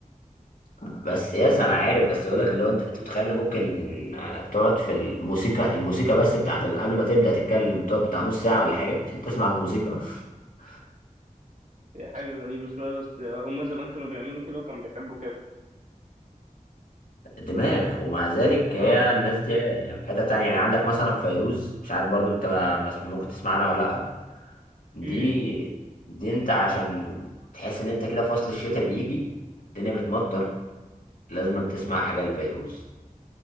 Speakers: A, on the left; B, on the right.
A: بس يس انا عارف بس بقول لك اللي هو انت انت بتتخيل ان ممكن آه، تقعد في الموسيقى الموسيقى بس بتاعت ال- قبل ما تبدا تتكلم تقعد بتاع نص ساعه ولا حاجه عشان تسمع الموسيقى <laughs>
B: هي حاجة غريبة شوية بس آه، هم زمان كانوا بيعملوا كده وكانوا بيحبوا كده
A: دماغ ومع ذلك
B: اه
A: هي الناس دي يعني في حته تانية يعني عندك مثلا فيروز مش عارف برضو انت ما- ما- ممكن تسمع عنها ولا لا دي
B: امم
A: دي انت عشان تحس ان انت كده في فصل الشتاء بيجي الدنيا بتمطر لازم تسمع حاجه لفيروز